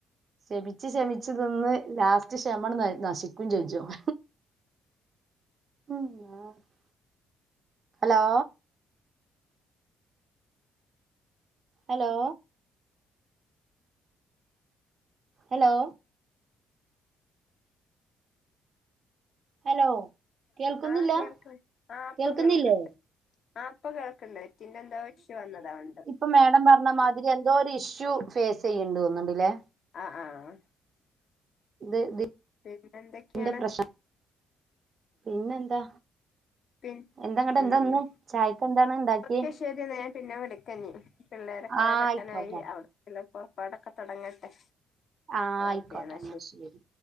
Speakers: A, on the right; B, on the left.
A: ക്ഷമിച്ച് ക്ഷമിച്ച് നിന്ന് ലാസ്റ്റ് ക്ഷമണ്ണ് നശിക്കും ചെജ്ജും <inaudible> അലോ അലോ അലോ ഹലോ കേൾക്കുന്നില്ല
B: ആഹ കേൾക്ക ആഹ പ്പ
A: കേൾക്കുന്നില്ലേ
B: കേൾക്കണ്ട് ആഹ പ്പ കേൾക്കണ്ട് പിന്നെന്താ <unintelligible>
A: പ്പൊ മാേഡം പറഞ്ഞ മാതിരി എന്തോ ഒരു ഇഷ്യൂ ഫേസ് ചെയ്യ്ണ്ടോന്നോന്ന്ണ്ട്ല്ലേ
B: ആഹ് ആഹ്
A: <unintelligible>
B: പിന്നെന്തൊക്കെണ്
A: ഇതിന്റെ പ്രശ്നം പിന്നെന്താ
B: പി
A: എന്താങ്ങട്ട്
B: ഉം
A: എന്താ ഇന്ന് ചായക്ക് എന്താണ് ഇണ്ടാക്കിയേ
B: ക്കെ ശരിയെന്ന ഞാൻ പിന്നെ വിളിക്കഞ്ഞി പിള്ളേരൊക്കെ
A: ആഹ്
B: വരാനായി
A: ആയിക്കോട്ടെ
B: അവർക്ക്ള്ള പുറപ്പാടൊക്കെ തുടങ്ങട്ടെ
A: ആഹ ആയിക്കോട്ടെ
B: ഓക്കെ എന്നാ
A: ന്നാ ശരി